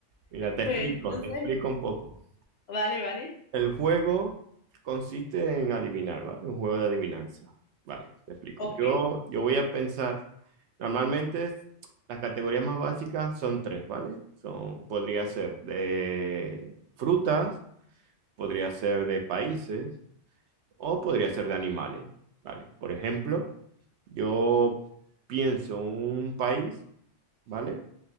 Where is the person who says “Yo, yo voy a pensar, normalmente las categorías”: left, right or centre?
Right